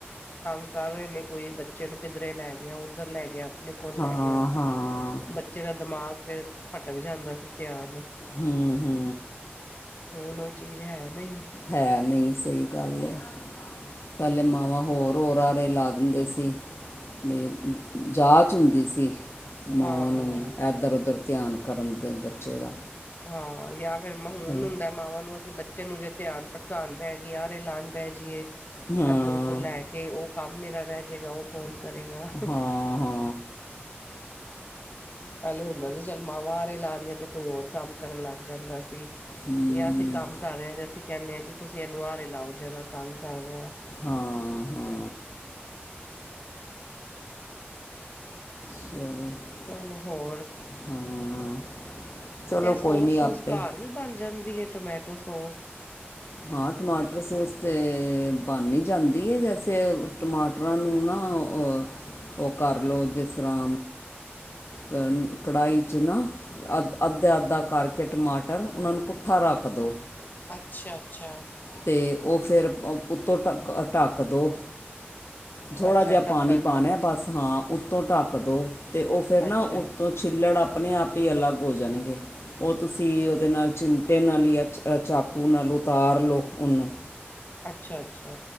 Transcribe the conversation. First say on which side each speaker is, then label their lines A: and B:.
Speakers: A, on the left; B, on the left.
A: ਤੰਗ ਕਰ ਰਹੇ ਨੇ, ਕੋਈ ਬੱਚੇ ਨੂੰ ਕਿੱਧਰੇ ਲੈ ਗਿਆ ਉੱਧਰ ਲੈ ਗਿਆ। ਆਪਣੇ ਕੋਲ
B: ਹਾਂ
A: ਲੈ ਗਿਆ,
B: ਹਾਂ
A: ਬੱਚੇ ਦਾ ਦਿਮਾਗ ਫੇਰ ਭਟਕ ਜਾਂਦਾ ਸੀ ਧਿਆਨ।
B: ਹੂ ਹੂ
A: ਹੁਣ ਉਹ ਚੀਜ਼ ਹੈ ਨਹੀਂ।
B: ਹੈ ਨਹੀਂ ਸਹੀ ਗੱਲ ਐ ਪਹਿਲੇਂ ਮਾਵਾਂ ਹੋਰ-ਹੋਰ ਆਰੇ ਲਾ ਦਿੰਦੇ ਸੀ। ਥੇਰ ਜਾਚ ਹੁੰਦੀ ਸੀ, ਮਾਵਾਂ
A: ਹਾਂ
B: ਨੂੰ ਵੀ ਐਧਰ -ਓਧਰ ਧਿਆਂਨ ਕਰਨ ਤੇ ਬੱਚੇ ਦਾ।
A: ਹਾਂ ਯਾ ਫੇਰ ਮਹੂਨਂ
B: ਤੇ
A: ਹੁੰਦਾ। ਮਾਵਾਂ ਨੂੰ ਅਸੀਂ ਬੱਚੇ ਨੂੰ ਜੇ ਧਿਆਨ ਭਟਕਾਣ ਬਹਿ ਗਏ ਆਰੇ ਲਾਣ ਬਹਿ ਜੀਏ,
B: ਹਾਂ
A: ਇੱਧਰ ਉਧਰ ਲੈ ਕੇ ਉਹ ਕੰਮ ਮੇਰਾ ਰਹਿ ਜੇਗਾ ਉਹ ਕੌਣ ਕਰੇਗਾ।
B: ਹਾਂ, ਹਾ
A: ਪਹਿਲੇ ਹੁੰਦਾ ਸੀ ਚੱਲ ਮਾਵਾ ਆਰੇ ਲਾ ਰਹੀਆਂ ਅਤੇ ਕੋਈ ਹੋਰ ਕੰਮ ਕਰਨ ਲੱਗ ਜਾਂਦਾ ਸੀ।
B: ਹਮ,
A: ਯਾ ਅਸੀਂ ਕੰਮ ਕਰ ਰਹੇ ਆ ਤੇ ਅਸੀਂ ਕਹਿੰਨੇ ਆ ਕਿ ਤੁਸੀਂ ਇਹਨੂੰ ਆਹਰੇ ਲਾਓ ਜਰਾ ਤੰਗ ਕਰ ਰਿਹਾ।
B: ਹਾਂ ਹਾਂ। <unintelligible>
A: ਚਲੋ ਹੋਰ
B: ਹਾਂ ਚਲੋ
A: ਤੇ ਸੋਸ-ਸੂਸ
B: ਕੋਈ ਨਹੀਂ ਆਪੇ
A: ਘਰ ਵੀ ਬਣ ਜਾਂਦੀ ਐ ਟਮੈਟੋ ਸੋਸ?
B: ਹਾਂ ਟਮਾਟਰ ਸੋਸ ਤੇ ਬਣ ਹੀ ਜਾਂਦੀ ਐ ਜੈਸੇ ਟਮਾਟਰਾਂ ਨੂੰ ਨਾ ਤਾਂ ਉਹ, ਉਹ ਕਰ ਲਉ ਜਿਸ ਤਰਾਂ ਕ ਕੜਾਹੀ 'ਚ ਨਾਂ ਅੱਧ ਅੱਧਾ-ਅੱਧਾ ਕਰਕੇ ਟਮਾਟਰ ਉਹਨਾਂ ਨੂੰ ਪੁੱਠਾ ਰੱਖ ਦੋ।
A: ਅੱਛਾ-ਅੱਛਾ।
B: ਤੇ ਉਹ ਫਿਰ ਉੱਤੋਂ ਢੱਕ ਢੱਕ ਦੋ। ਥੋੜਾ
A: ਅੱਛਾ
B: ਜਿਹਾ
A: ਟੱਕਰ
B: ਪਾਣੀ ਪਾਣਾ ਬਸ ਹਾਂ ਉੱਤੋਂ ਢੱਕ ਦੋ, ਤੇ ਉਹ ਫੇਰ ਨਾ
A: ਅੱਛਾ
B: ਉੱਤੋਂ ਛਿੱਲੜ ਆਪਣੇ ਆਪ ਈ ਅਲੱਗ ਹੋ ਜਾਣਗੇ। ਉਹ ਤੁਸੀਂ ਉਹਦੇ ਨਾਲ ਚਿਮਟੇ ਨਾਲ ਜਾਂ ਚਾਕੂ ਨਾਲ ਉਤਾਰ ਲਓ ਉਹਨੂੰ।
A: ਅੱਛਾ-ਅੱਛਾ,